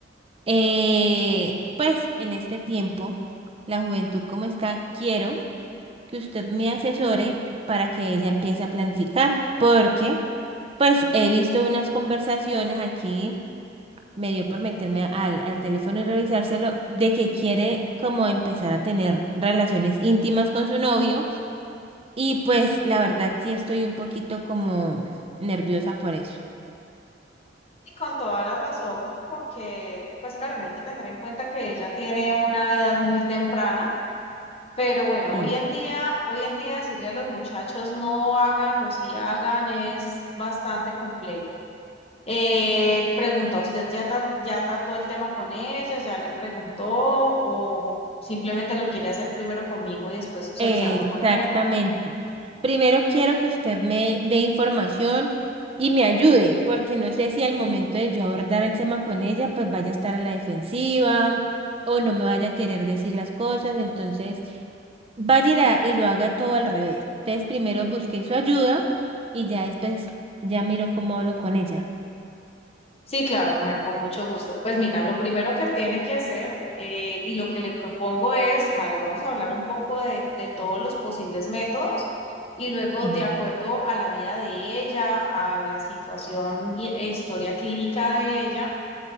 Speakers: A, on the right (about 30°); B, on the left (about 35°).
A: eh, pues en este tiempo, la juventud como está, quiero. que usted me asesore para que ella empiece a planificar, porque pues he visto unas conversaciones aquí, me dio por meterme al, al teléfono y revisárselo, de que quiere como empezar a tener relaciones íntimas con su novio y pues la verdad sí estoy un poquito como nerviosa por eso.
B: Y con toda la razón, porque, pues Karen, hay que tener en cuenta que ella tiene una edad muy temprana, pero bueno,
A: sí
B: hoy en día, hoy en día decirle a los muchachos no hagan o si hagan es bastante complejo. Eh, pregunta, ¿usted ya, tra- ya trató el tema con ella? ¿Ya le preguntó? ¿O simplemente lo quiere hacer primero conmigo y después socializarlo
A: Exactamente.
B: con ella?
A: Primero quiero que usted me dé información y me ayude, porque no sé si al momento de yo abordar el tema con ella, pues vaya a estar a la defensiva o no me vaya a querer decir las cosas, entonces vaya y, la- y lo haga todo al revés. Entonces primero busque su ayuda y ya después ya miro cómo hablo con ella.
B: Sí, claro, mujer, con mucho gusto. Pues mira, lo primero que tiene que hacer eh, y lo que le propongo es, vale, vamos a hablar un poco de, de todos los posibles métodos y luego
A: Mm.
B: de acuerdo a la vida de ella, a la situación y- e historia clínica de ella,